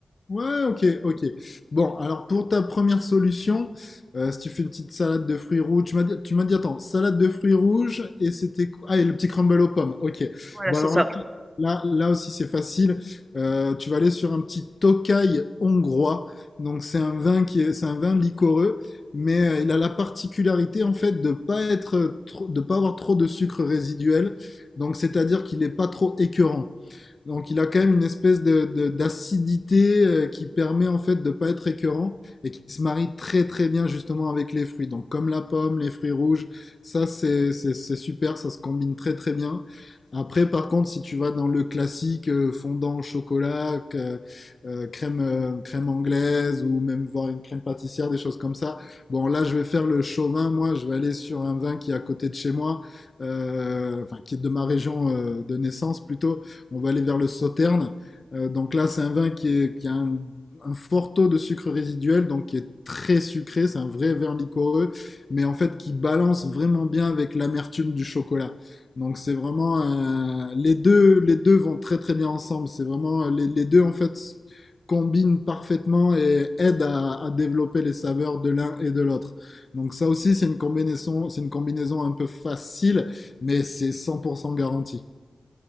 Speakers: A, on the left (about 55°); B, on the right (about 20°).
A: Ouais, ok, ok. Bon, alors pour ta première solution, euh, si tu fais une petite salade de fruits rouges, tu m'as dit, tu m'as dit, attends, salade de fruits rouges et c'était quoi Ah, et le petit crumble aux pommes, ok.
B: Voilà,
A: Bon,
B: c'est
A: alors
B: ça.
A: là, là, là aussi c'est facile. Euh, tu vas aller sur un petit Tokay hongrois. Donc c'est un vin qui est, c'est un vin liquoreux, mais euh, il a la particularité en fait de pas être, trop- de pas avoir trop de sucre résiduel. Donc c'est-à-dire qu'il n'est pas trop écœurant. Donc il a quand même une espèce de, de- d'acidité euh, qui permet en fait de pas être écœurant et qui se marie très très bien justement avec les fruits. Donc comme la pomme, les fruits rouges, ça c'est c'est- c'est super, ça se combine très très bien. Après par contre si tu vas dans le classique euh, fondant au chocolat, que- euh, crème, euh, crème anglaise ou même voir une crème pâtissière, des choses comme ça, bon là je vais faire le chauvin, moi je vais aller sur un vin qui est à côté de chez moi, euh, enfin qui est de ma région euh, de naissance plutôt on va aller vers le sauterne. Euh, donc là, c'est un vin qui, est- qui a un, un fort taux de sucre résiduel, donc qui est très sucré. C'est un vrai vin liquoreux, mais en fait qui balance vraiment bien avec l'amertume du chocolat. Donc c'est vraiment un- les deux, les deux vont très très bien ensemble. C'est vraiment les, les deux en fait combinent parfaitement et aident à, à développer les saveurs de l'un et de l'autre. Donc ça aussi, c'est une combinaison, c'est une combinaison un peu facile, mais c'est 100% garanti.